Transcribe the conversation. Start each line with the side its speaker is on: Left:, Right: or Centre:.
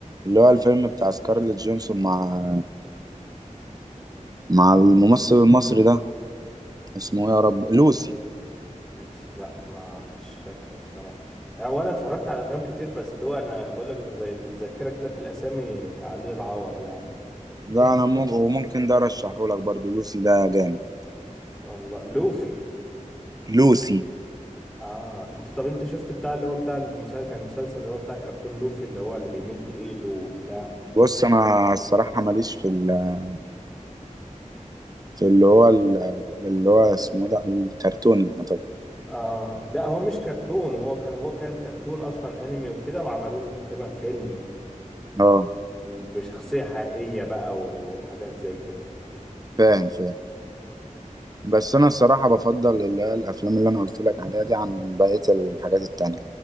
Right: اللي هو الفيلم بتاع سكارليت جونسون مع مع الممثل المصري ده اسمه ايه يا رب لوسي
Centre: بس لا مش فاكره الصراحة هو انا اتفرجت على افلام كتير بس اللي هو انا بقول لك زي الذاكرة كده في الاسامي عليه العوض يعني
Right: لا
Centre: <laughs>
Right: انا مو- وممكن ده ارشحه لك برضو لوسي ده جامد
Centre: والله لوفي
Right: لوسي
Centre: اه انت طب انت شفت بتاع اللي هو بتاع المسلسل كان المسلسل اللي هو بتاع كرتون لوفي اللي هو اللي بيمد ايده وبتاع
Right: بص انا الصراحه ماليش في ال- في اللي هو ال- اللي هو اسمه ده الكرتوني طبعا
Centre: اه لا هو مش كرتون هو كان هو كان كرتون اصلا انمي وكده وعملوا له تقريبا فيلم
Right: اه
Centre: بشخصية حقيقية بقى وحاجات زي كده
Right: فاهم فاهم بس انا الصراحه بفضل اللي هي الافلام اللي انا قلت لك عليها دي عن بقيه الحاجات التانية